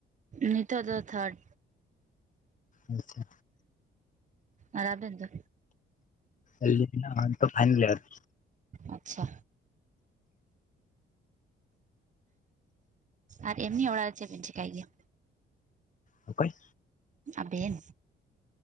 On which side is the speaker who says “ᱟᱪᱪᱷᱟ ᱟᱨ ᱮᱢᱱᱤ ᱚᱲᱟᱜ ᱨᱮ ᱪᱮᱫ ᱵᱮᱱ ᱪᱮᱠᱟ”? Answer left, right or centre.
Right